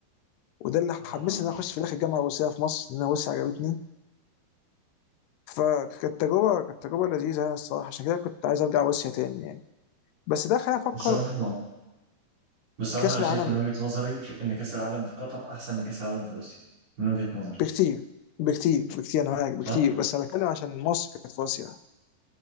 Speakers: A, on the left; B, on the right.
A: وده اللي حمسني
B: <laughs> آه.
A: ان انا اخش في الاخر الجامعه الروسيه في مصر لان انا روسيا عجبتني فكانت تجربه كانت تجربه لذيذه يعني الصراحه عشان كده كنت عايز ارجع روسيا تاني يعني بس ده خلاني افكر
B: بصراحة بصراحة
A: كاس
B: انا شايف
A: العالم
B: من
A: اللي
B: وجهة نظري ان كأس العالم في قطر احسن من كأس العالم في روسيا من وجهة نظري
A: بكتير بكتير بكتير انا معاك بكتير
B: صح؟
A: بس انا بتكلم عشان مصر كانت في اسيا